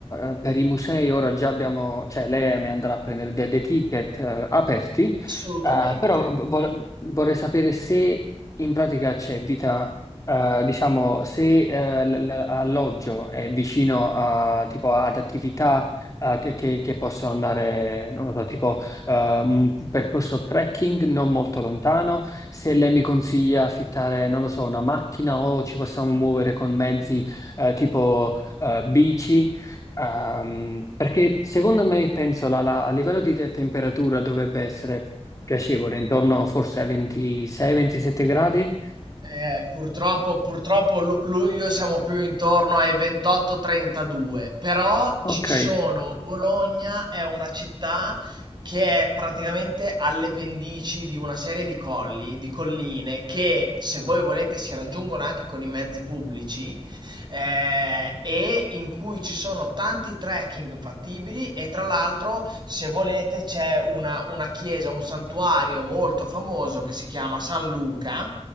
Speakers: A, on the left; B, on the right.
A: eh, per i musei, ora già abbiamo, cioè lei mi andrà a prendere de- dei ticket eh, aperti,
B: Assolutamente.
A: eh, però vo- vorrei sapere se in pratica c'è vita... Eh, diciamo, se eh, l- l- alloggio è vicino a, tipo, ad attività eh, che, che- che possono andare, non lo so, tipo eh, un percorso trekking non molto lontano. Se lei mi consiglia affittare, non lo so, una macchina o ci possiamo muovere con mezzi eh, tipo eh, bici. ehm, perché secondo me, penso, la- la- a livello di te- temperatura dovrebbe essere piacevole, intorno forse ai 26-27 gradi.
B: Eh, purtroppo, purtroppo lu- luglio siamo più intorno ai 28-32, però ci
A: Ok,
B: sono, Bologna è una città che è praticamente alle pendici di una serie di colli, di colline che se voi volete si raggiungono anche con i mezzi pubblici eh, e in cui ci sono tanti trekking fattibili e tra l'altro, se volete, c'è una, una chiesa, un santuario molto famoso che si chiama San Luca,